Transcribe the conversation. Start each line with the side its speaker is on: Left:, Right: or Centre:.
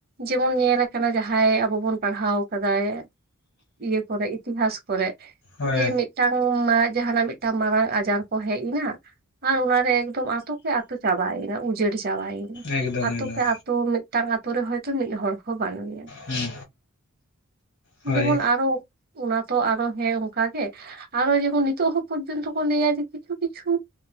Right: ᱡᱮᱢᱚᱱ ᱧᱮᱞ ᱡᱟᱦᱟᱸᱭ ᱟᱵᱚ ᱵᱚᱱ ᱯᱟᱲᱦᱟᱣ ᱠᱟᱫᱟᱭ ᱾ ᱤᱭᱟᱹ ᱠᱚᱨᱮ ᱤᱛᱤᱦᱟᱥ ᱠᱚᱨᱮ
Left: ᱦᱳᱭ
Right: ᱡᱮ ᱢᱤᱫᱴᱟᱝ ᱡᱟᱦᱟᱸᱟᱱᱟᱜ ᱢᱤᱫᱴᱟᱝ ᱢᱟᱨᱟᱝ ᱟᱡᱟᱨ ᱠᱚ ᱦᱮᱡ ᱮᱱᱟ ᱟᱨ ᱚᱱᱟᱨᱮ ᱮᱠᱫᱚᱢ ᱟᱛᱳ ᱠᱮ ᱟᱛᱳ ᱪᱟᱵᱟᱭᱮᱱᱟ ᱩᱡᱟᱹᱲ ᱪᱟᱵᱟᱭᱮᱱᱟ
Left: ᱮᱠᱫᱚᱢ
Right: ᱾ ᱟᱛᱳ
Left: ᱮᱠᱫᱚᱢ
Right: ᱠᱮ ᱟᱛᱳ ᱢᱤᱫᱴᱟᱝ ᱟᱛᱳ ᱨᱮ ᱦᱚᱭᱛᱳ ᱢᱤᱫ ᱦᱚᱲ ᱦᱚᱸ ᱵᱟᱹᱱᱩᱭᱟ ᱾
Left: ᱦᱩᱸ ᱦᱳᱭ
Right: ᱡᱮᱢᱚᱱ ᱟᱨᱚ ᱚᱱᱟ ᱛᱚ ᱟᱨᱚ ᱦᱮᱸ ᱚᱱᱠᱟ ᱜᱮ ᱾ ᱟᱨᱚ ᱡᱮᱢᱚᱱ ᱱᱤᱛᱚᱜ ᱦᱚᱸ ᱯᱚᱨᱡᱚᱱᱛᱚ ᱠᱚ ᱞᱟᱹᱭᱟ ᱡᱮ ᱠᱤᱪᱷᱩ ᱠᱤᱪᱷᱩ